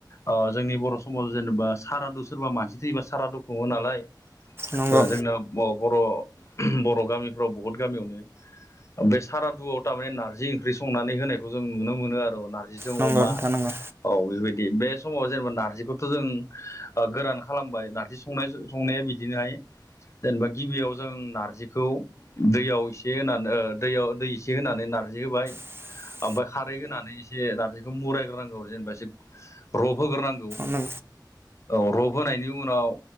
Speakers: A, on the left; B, on the right.
A: ओ जोंनि बर' समाजाव जेनेबा सारादु सोरबा मानसि थैयोबा सारादु खुङो नालाय
B: नंगौ
A: ओ जोंना बर' बर' गामिफ्राव बहुद गामियावनो बे सारादुआव तारमाने नारजि ओंख्रि संनानै होनायखौ जों नुनो मोनो आरो नारजिजों
B: नंगौ
A: अमा
B: नोंथां नंगौ
A: औ बेफोरबायदि बे समाव जेनेबा नारजिखौथ' जों ओ गोरान खालामबाय। नारजि संनाय संनाया बिदिनोहाय जेनेबा गिबियाव जों नारजिखौ दैयाव एसे होनानै दैयाव दै एसे होनानै नारजि होबाय
B: <unintelligible>
A: आमफाय खारै होनानै एसे नारजि खौ मुरायग्रोनांगौ जेनेबा एसे रब होग्रोनांगौ।
B: नंगौ
A: औ रब होनायनि उनाव